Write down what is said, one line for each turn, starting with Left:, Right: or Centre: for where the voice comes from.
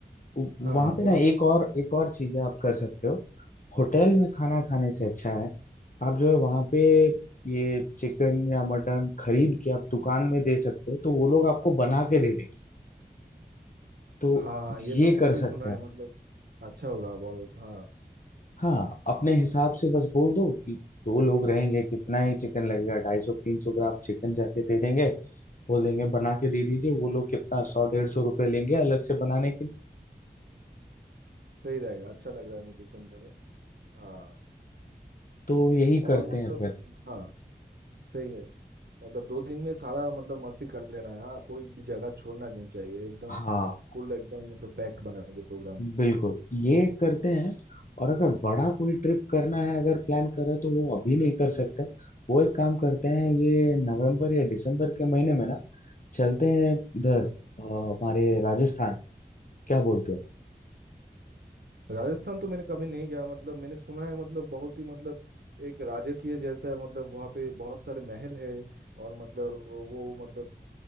Left: वहां
Right: हाँ हाँ
Left: पे
Right: बोलो
Left: ना एक और एक और चीजें आप कर सकते हो होटल में खाना खाने से अच्छा है आप जो है वहां पे ये चिकन या मटन खरीद के आप दुकान में दे सकते हो तो वो लोग आपको बना के दे देंगे तो
Right: हाँ हाँ ये तो
Left: ये
Right: मैंने
Left: कर
Right: भी सुना
Left: सकते हैं
Right: है मतलब अच्छा होगा बहुत हाँ
Left: हाँ अपने
Right: हाँ
Left: हिसाब से बस बोल दो कि दो लोग रहेंगे कितना ही चिकन लगेगा ढाई सौ तीन सौ ग्राम चिकन जाके दे देंगे बोल देंगे बना के दे दीजिए वो लोग कितना सौ डेढ़ सौ रुपये लेंगे अलग से बनाने के लिए
Right: सही रहेगा अच्छा लग रहा है मुझे सुनने में हाँ
Left: तो यही
Right: और
Left: करते
Right: मतलब
Left: हैं फिर
Right: हाँ सही है मतलब दो दिन में सारा मतलब मस्ती कर लेना है हाँ कोई भी जगह छोड़ना नहीं चाहिए एकदम
Left: हाँ
Right: फुल एकदम मतलब पैक्ड बनाएंगे प्रोग्राम
Left: बिल्कुल ये करते हैं और अगर बड़ा कोई ट्रिप करना है अगर प्लान कर रहे हैं, तो वो अभी नहीं कर सकते वो एक काम करते हैं ये नवंबर या दिसंबर के महीने में ना चलते हैं इधर अ, हमारे राजस्थान क्या बोलते हो
Right: राजस्थान तो मैंने कभी नहीं गया मतलब मैंने सुना है मतलब बहुत ही मतलब एक राजकीय जैसा है, मतलब वहाँ पे बहुत सारे महल है और मतलब वो मतलब